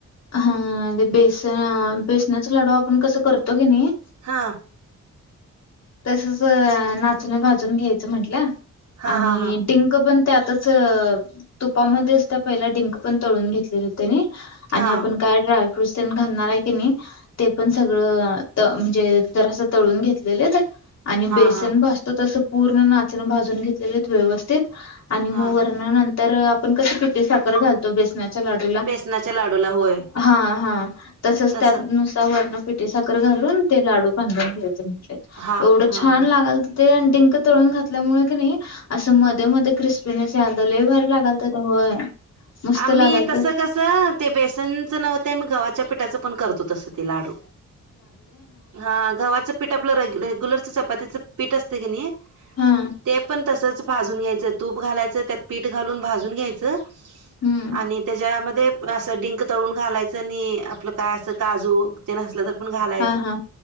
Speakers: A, on the left; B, on the right.
A: हा ते बेसन, बेसनाचे लाडू आपण कसं करतो की नाही,
B: हां.
A: तसंच नाचनी भाजून घ्यायचं म्हंटलं
B: हा
A: आणि
B: हा हा
A: डिं पण त्यातच तुपामध्येच तं पहिला डिंक पण तळून घेतलेला तेनी आणि
B: हा
A: आपण काय ड्रायफ्रूटस त्यांनी घालणारयं की नी ते पण सगळं म्हणजे जरासं तळून घेतलेलं आणि बेसन
B: हा हा
A: भाजतो तसं पूर्ण नाचनं भाजून घेतलेलेत व्यवस्थित आणि
B: हां.
A: ंतर नंतर आपण कसं पिठी साखर घालतो बेसनाच्या लाडूला
B: बेसनाच्या लाडूला होय
A: हा हा, तसंच
B: तसं
A: त्यात नुसतं वरनं पिठी साखर घालून ते लाडू बांधून घ्याय
B: हा
A: एवढं
B: हा
A: छान
B: हा
A: ला ते डिंक तळून घातल्यामुळे कनी असं मधे मधे क्रिस <unintelligible> लई भारी लागातेत होय, मस्त
B: आम्ही
A: लागातेत.
B: तसं ते बेसनचं नव्हतं आम्ही गव्हाच्या पिठाचं पण करतो तसं ते लाडू. हा, गव्हाचं पीठ आपलं रेग्युलरच चपातीचं पीठ असतं किनी
A: हा
B: ते पण तसंच भाजून घ्यायचं, तूप घालाय यचं त्यात पीठ घालून भाजून घ्यायचं
A: हम्म
B: आणि त्याच्यामध्ये असं डिंक तळून घालायचं नी आपलं काय असं काजू ते नसलं तर पण घालायचं
A: हा हा